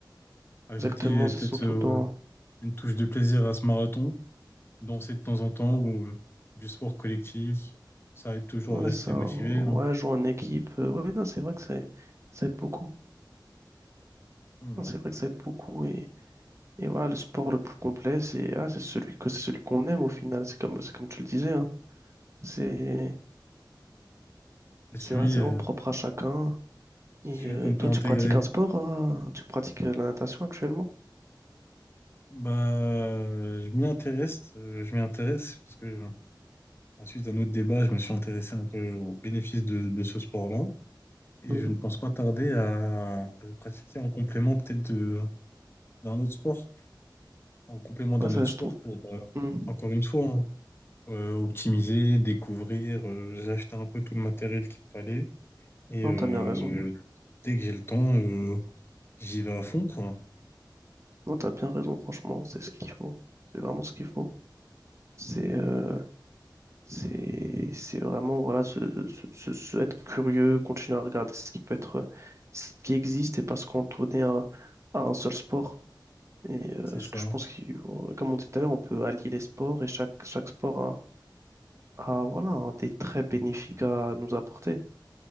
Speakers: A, on the left; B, on the right.
A: Ajouter
B: Exactement,
A: euh,
B: c'est
A: peut-être
B: surtout
A: euh,
B: dans
A: une touche de plaisir à ce marathon. danser de temps en temps ou euh, du sport collectif. Ça aide toujours
B: Ouais,
A: à rester
B: c'est un-
A: motivé. hein.
B: ouais, jouer en équipe. euh, ouais, non, c'est vrai que c'est- ça aide beaucoup.
A: Mais
B: Non,
A: bon,
B: c'est vrai que ça aide beaucoup. Et, et voilà, le sport le plus complet, c'est ah, c'est celui que c'est celui qu'on aime au final. C'est comme, c'est comme tu le disais. hein. C'est
A: C'est celui,
B: c'est vrai, c'est
A: euh,
B: vraiment propre à chacun.
A: c'est
B: Et
A: celui
B: euh,
A: qu'on
B: toi,
A: peut intégrer.
B: tu pratiques un sport, hein Tu pratiques euh, la natation actuellement?
A: Bah, euh, je m'y intéresse, euh, je m'y intéresse parce que euh, à suite d'un autre débat, je me suis intéressé un peu aux bénéfices de, de ce sport-là et
B: Mm.
A: je ne pense pas tarder à, à le pratiquer en complément peut-être de d'un autre sport, en complément d'un
B: Ouais, ça,
A: autre
B: je
A: sport
B: trouve.
A: pour euh,
B: Mm.
A: encore une fois hein, euh, optimiser, découvrir. euh, j'ai acheté un peu tout le matériel qu'il me fallait et
B: Non,
A: euh,
B: t'as bien raison.
A: Dès que j'ai le temps, euh, j'y vais à fond, quoi.
B: Non, t'as bien raison, franchement. C'est ce qu'il faut. C'est vraiment ce qu'il faut. C'est euh, C'est, c'est vraiment voilà, se, se- se- se- être curieux, continuer à regarder ce qui peut être, ce qui existe et pas se cantonner à, à un seul sport. Et euh,
A: C'est
B: ce
A: ça.
B: que je pense, qu'il- comme on disait tout à l'heure, on peut allier les sports et chaque, chaque sport a, a, voilà, un des traits bénéfiques à nous apporter.